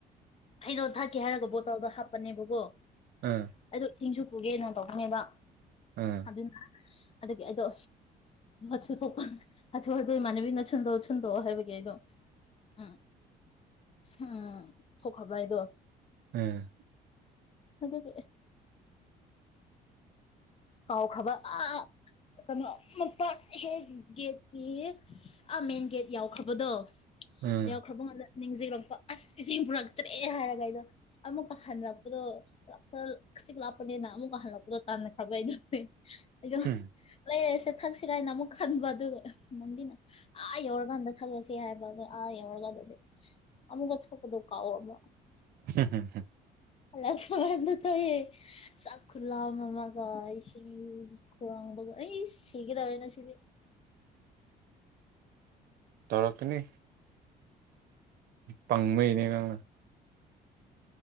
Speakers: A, on the left (about 35°); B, on the right (about 65°).
A: ꯍꯩꯅꯣ ꯊꯛꯀꯦ ꯍꯥꯏꯔꯒ ꯕꯣꯇꯜꯗꯣ ꯍꯥꯞꯄꯅꯦꯕꯀꯣ
B: ꯎꯝ
A: ꯑꯩꯗꯣ ꯏꯁꯤꯡꯁꯨ ꯄꯨꯒꯦꯅ ꯇꯧꯕꯧꯕꯅꯦꯕ
B: ꯎꯝ
A: ꯑꯗꯨꯅ ꯑꯗꯒꯤ ꯑꯩꯗꯣ ꯑꯆꯨ ꯊꯣꯛꯄ ꯑꯊꯨ ꯍꯥꯊꯣꯏ ꯏꯃꯥꯟꯅꯕꯤꯅ ꯁꯨꯟꯗꯣꯛꯑꯣ ꯁꯨꯟꯗꯣꯛꯑꯣ ꯍꯥꯏꯕꯒꯤ ꯑꯩꯗꯣ ꯎꯝ ꯎꯝ ꯊꯣꯛꯈꯕ ꯍꯥꯏꯗꯣ
B: ꯎꯝ
A: ꯑꯗꯨꯗ ꯀꯦ ꯀꯥꯎ ꯈꯕ ꯑ ꯀꯩꯅꯣ ꯃꯛꯄ ꯍꯦꯛ ꯒꯦꯠꯀꯤ ꯑꯥ ꯃꯦꯟ ꯒꯦꯠ ꯌꯥꯎꯈ꯭ꯔꯕꯗꯣ
B: ꯎꯝ
A: ꯌꯥꯎꯈ꯭ꯔꯕ ꯉꯥꯟꯗ ꯅꯤꯡꯁꯤꯡꯂꯛꯄ ꯑꯁꯇ ꯄꯨꯔꯛꯇ꯭ꯔꯦ ꯍꯥꯏꯔꯒ ꯑꯩꯗꯣ ꯑꯃꯨꯛꯀ ꯍꯟꯔꯛꯄꯗꯣ ꯈꯔ ꯈꯁꯤꯛ ꯂꯥꯛꯞꯄꯅꯤꯅ ꯑꯃꯨꯛꯀ ꯍꯜꯂꯛꯄꯗꯣ ꯇꯥꯟꯅꯈ꯭ꯔꯕꯩꯗꯅꯦꯗꯣ
B: ꯍꯝ
A: ꯂꯩꯔ ꯊꯛꯁꯤꯔ ꯍꯥꯏꯅ ꯑꯃꯨꯛ ꯈꯟꯕ ꯑꯗꯨꯒ ꯃꯟꯗꯤꯅ ꯑꯥ ꯌꯧꯔꯀꯥꯟꯗ ꯊꯛꯂꯁꯤ ꯍꯥꯏꯕ ꯑꯣ ꯑꯥ ꯌꯧꯔꯒꯥꯟ ꯑꯃꯨꯛꯀ ꯊꯣꯛ ꯀꯗ ꯀꯥꯥꯎ ꯑꯃ
B: ꯍꯝ ꯍꯝꯝ
A: ꯑ ꯁꯃꯗ ꯇꯌꯦ ꯆꯥꯛꯈꯨꯂꯃ ꯏ ꯁꯤ ꯈꯔ ꯑꯩ ꯁꯤꯒꯗꯦꯅ ꯁꯤꯗꯤ
B: ꯇꯔꯛꯀꯅꯤ ꯄꯪꯕꯅꯦꯅ